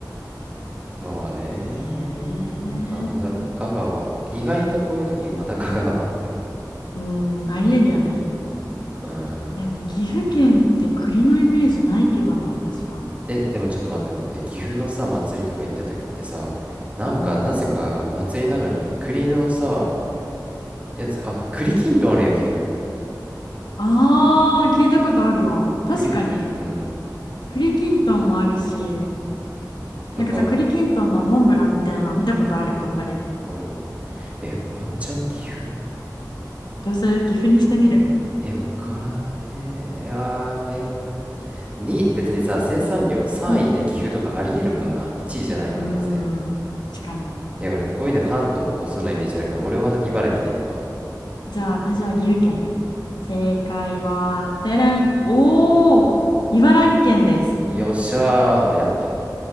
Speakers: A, on the right; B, on the left.
A: まあねなんだろう香川意外とこういう時また香川
B: ねえうん、ありえるよね。
A: <laughs> うん
B: でも岐阜県って栗のイメージないけどな、私は。
A: えでもちょっと待って待って岐阜のさ祭りとか行った時ってさなんかなぜか祭りなのに栗のさ
B: うん。
A: やつあ栗きんとんあるやん岐阜
B: ああ、聞いたことあるわ。確かに。
A: 栗うん
B: 栗きんとんもあるし、
A: なんか
B: なんかさ、栗きんとんのモンブランみたいなの見たことある動画で。
A: あるえ、ワンチャン岐阜
B: どうする岐阜にしてみる
A: え、わからねえ。あー、迷う。に、別にさ、生産量3位で岐阜とかありえるもんな。
B: うん、
A: 1位じゃない可能性。
B: うーん確かに。
A: え、俺、こういうの関東多そうなイメージあるから、俺は茨城で行くわ。
B: じゃあ私は岐阜県で。正解は、てれん。おー、茨城県です。
A: よっしゃー、やっぱ、